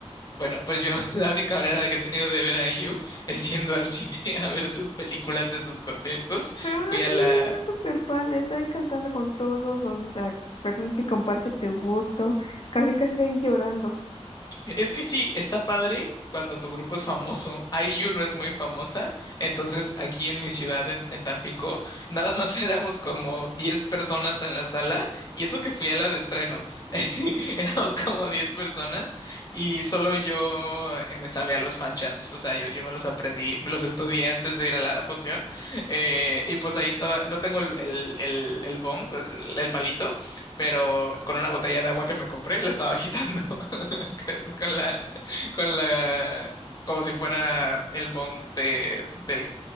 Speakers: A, on the left; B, on the left.
A: Bueno, pues yo <laughs> la única manera de que he tenido de ver a IU es yendo al cine <laughs> a ver sus películas de sus conciertos.
B: Pero aún
A: Fui
B: así
A: a la
B: está súper padre, está ahí cantando con todos los, las personas que comparte tu gusto, casi casi ahí llorando.
A: Es que sí, está padre cuando tu grupo es famoso. IU no es muy famosa, entonces aquí en mi ciudad, en, en Tampico, nada más <laughs> éramos como 10 personas en la sala, y eso que fui a la de estreno, <laughs> éramos como 10 personas y solo yo eh, me sabía los fan chants, o sea, yo, yo me los aprendí, me los estudié antes de ir a la función, eh, y pues ahí estaba, no tengo el, el, el, el bong, el el palito, pero con una botella de agua que me compré, la estaba agitando. <laughs> Con la, con la, como si fuera el bong de, del,